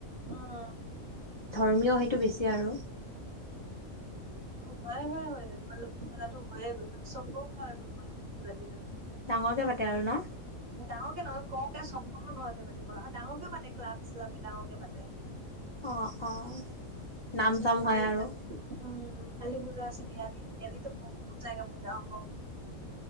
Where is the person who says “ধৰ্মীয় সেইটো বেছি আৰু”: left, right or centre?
Left